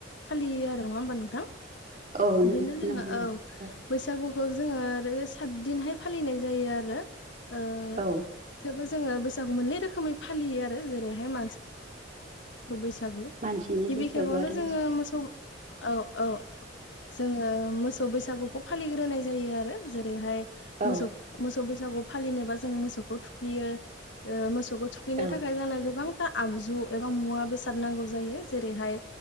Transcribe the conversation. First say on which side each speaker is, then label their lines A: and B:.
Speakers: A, on the left; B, on the right.
A: फालियो आरो नङा ओमबा नोंथां?
B: औ
A: बिदिनो
B: नों
A: जोङा
B: नंगौ नोंथां
A: औ बैसागुखौ जोङो आरो सातदिनहाय फालिनाय जायो आरो ओ
B: औ
A: थेवबो जोङो बैसागु मोननै रोखोमै फालियो आरो जेरैहाय मानसि बैसु
B: मानसिनि
A: गिबि
B: बैसागु
A: खेबावनो
B: आरो
A: जोङो मोसौ औ औ जोङो मोसौ बैसागुखौ फालिग्रोनाय जायो आरो जेरैहाय
B: औ
A: मोसौ मोसौ बैसागु फालिनोबा जों मोसौखौ थुखैयो मोसौखौ थुखैनो
B: औ
A: थाखाय
B: औ
A: जोंना गोबां आगजु एबा मुवा बेसाद नांगौ जायो जेरैहाय